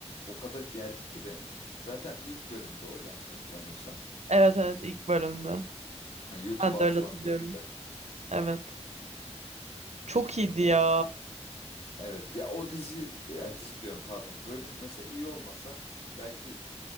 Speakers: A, on the left (about 65°); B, on the right (about 70°).
A: o kadar gerdi ki beni. Zaten ilk bölümde o yanlış hatırlamıyorsam.
B: evet, evet, ilk bölümde.
A: Yani YouTube'a
B: Ben de
A: atılan
B: öyle hatırlıyorum.
A: bölümde.
B: Evet. Çok
A: İşte
B: iyiydi
A: o
B: ya.
A: Evet ya o dizi ya dizi diyorum pardon bölüm mesela iyi olmasa belki